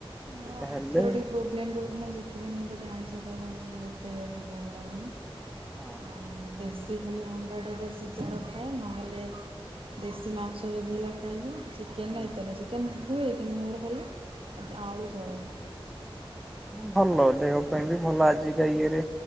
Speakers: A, on the right; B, in the centre.
A: ମୋର
B: ସେଇଟା
A: ଆଇଁଷରେ
B: ହେଲେ
A: ଟିକେ ପ୍ରୋବ୍ଲେମ ରହୁଚି ନା ସେଥିପାଇଁ ମତେଟେ ଆଇଁସ ଖାଇବା ଉଁ ଏତେ ମତେ ଭଲ ଲାଗୁନି।
B: ହଁ
A: ଆଉ ଦେଶୀ ଖାଲି ଅଣ୍ଡାଟା ଯା ସିଝାର ରଖାଏ ନହେଲେ। ଦେଶୀ ମାଛ ଯଦି ହେଲା ଖାଇବି ଚିକେନରା
B: ହୁଁ
A: ଏତେ ନୁହେଁ ଚିକେନ ହା ହୁଏ କିନ୍ତୁ ମୋର ଖାଲି। ଆଜି ଆଳୁ ଝୋଳଟା।
B: ହୁଁ ଭଲ ଦେହ ପାଇଁ ବି ଭଲ ଆଜିକା ଇଏରେ